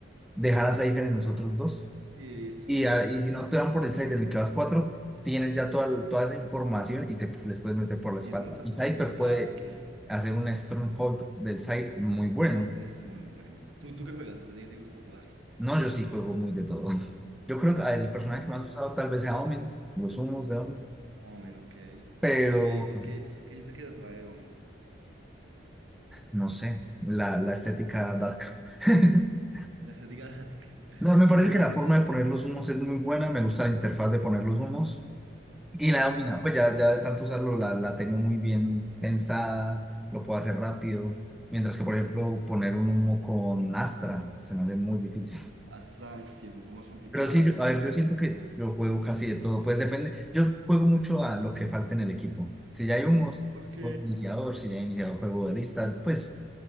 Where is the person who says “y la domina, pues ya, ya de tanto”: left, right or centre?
Centre